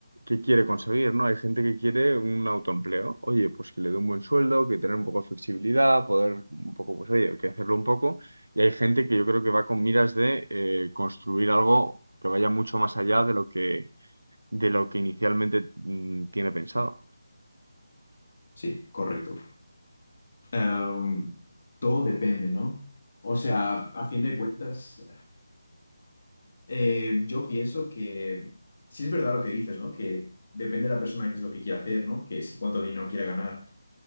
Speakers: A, on the right (about 75°); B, on the left (about 50°).
A: qué quiere conseguir, ¿no? Hay gente que quiere un autoempleo, oye, pues que le dé un buen sueldo, que tener un poco de flexibilidad, poder un poco, pues oye, que hacerlo un poco. Y hay gente que yo creo que va con miras de eh, construir algo que vaya mucho más allá de lo que, de lo que inicialmente mm, tiene pensado.
B: sí, correcto. Em, todo depende, ¿no? O sea, a fin de cuentas, eh, yo pienso que sí es verdad lo que dices, ¿no? Que depende de la persona qué es lo que quiere hacer, ¿no? Que si cuánto dinero quiere ganar.